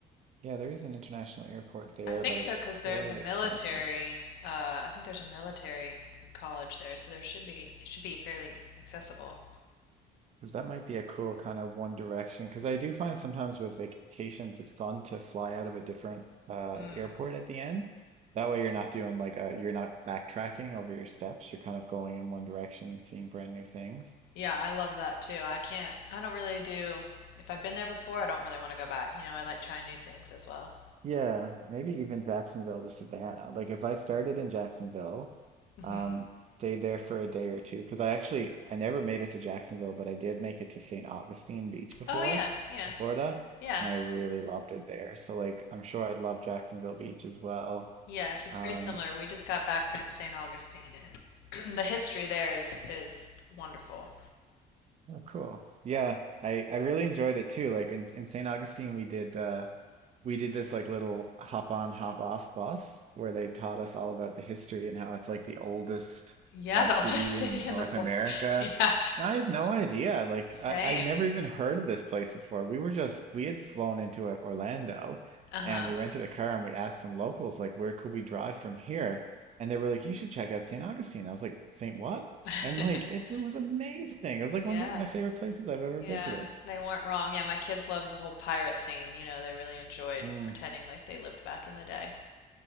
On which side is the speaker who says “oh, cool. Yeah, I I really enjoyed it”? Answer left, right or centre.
Right